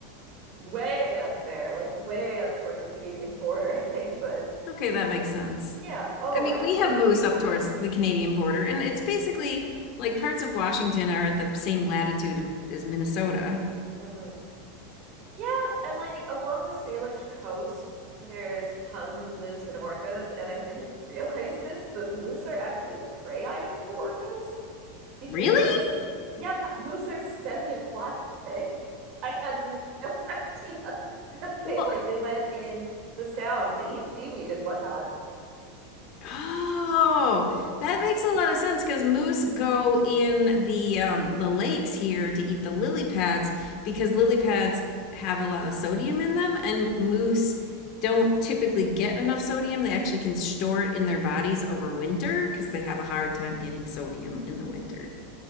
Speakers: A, on the right (about 45°); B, on the left (about 50°).
A: way up there, like way up toward the Canadian border, <laughs> I think. But
B: Okay, that makes sense.
A: yeah, oh,
B: I mean,
A: actually,
B: we have moose up towards the Canadian border, and it's basically like parts of Washington are at the same latitude as Minnesota.
A: mhm. Yeah, and like along the Salish coast, there's tons of moose and orcas. And I didn't <laughs> realize this, but moose are actually a prey item for orcas because,
B: Really?
A: yeah, moose are semi-aquatic. <laughs> I had no <laughs> idea that
B: Well,
A: they like they went in the sound to eat seaweed and whatnot.
B: Oh, that makes a lot of sense because moose go in the um, the lakes here to eat the lily pads because lily pads have a lot of sodium in them, and moose don't typically get enough sodium. They actually can store it in their bodies over winter because they have a hard time
A: hmm
B: getting sodium in the winter.